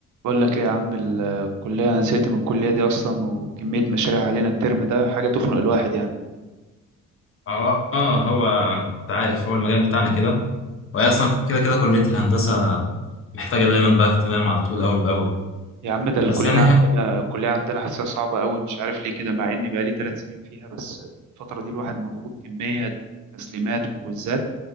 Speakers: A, on the right (about 75°); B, on the left (about 45°).
A: بقول لك ايه يا عم الكلية انا زهقت من الكلية دي اصلا وكمية مشاريع علينا الترم ده حاجة تخنق الواحد يعني
B: اه آه، هو انت عارف هو المجال بتاعنا كده وهي اصلا كده كده كليه الهندسه محتاجه دايما بقى اهتمام على طول اول باول
A: يا عم ده الكلية
B: بس يعني
A: عندنا
B: هي
A: الكلية عندنا حاسسها صعبة قوي مش عارف ليه كده مع اني بقالي ثلاث سنين فيها بس الفترة دي الواحد مضغوط كمية تسليمات وكويزات